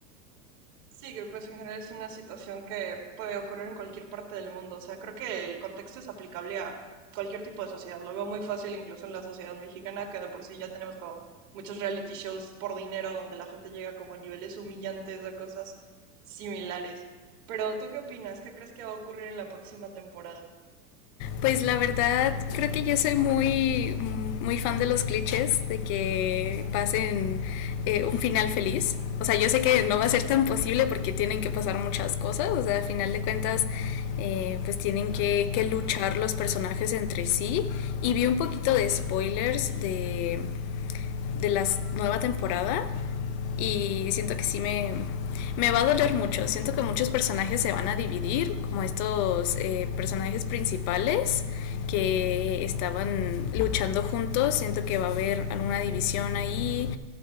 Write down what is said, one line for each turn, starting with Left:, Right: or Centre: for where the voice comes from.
Right: Sí, que pues en general es una situación que puede ocurrir en cualquier parte del mundo. O sea, creo que el contexto es aplicable a cualquier tipo de sociedad. Lo veo muy fácil incluso en la sociedad mexicana, que de por sí ya tenemos como muchos reality shows por dinero donde la gente llega como a niveles humillantes o cosas similares. Pero ¿tú qué opinas? ¿Qué crees que va a ocurrir en la próxima temporada?
Left: Pues la verdad, creo que yo soy muy, muy fan de los clichés, de que pasen eh, un final feliz. O sea, yo sé que no va a ser tan posible porque tienen que pasar muchas cosas. O sea, al final de cuentas, eh, pues tienen que, que luchar los personajes entre sí. Y vi un poquito de spoilers de, de la nueva temporada y siento que sí me, me va a doler mucho. Siento que muchos personajes se van a dividir, como estos eh, personajes principales que estaban luchando juntos. Siento que va a haber alguna división ahí.